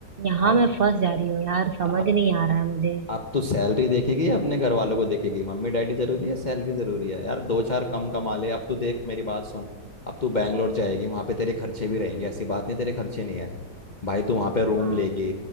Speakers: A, on the right; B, on the left.
A: यहाँ
B: अब
A: मैं फंस जा रही हूँ यार समझ
B: आप
A: नहीं आ रहा है मुझे
B: आप तो सैलरी देखेगी या अपने घर वालों को देखेगी मम्मी डैडी जरूरी है सैलरी जरूरी है यार दो चार कम कमा ले अब तू देख मेरी बात सुन अब तू बैंगलोर जाएगी वहां पे तेरे खर्चे भी रहेंगे ऐसी बात नहीं तेरे खर्चे नहीं है भाई तू वहां पे रूम
A: हाँ
B: लेगी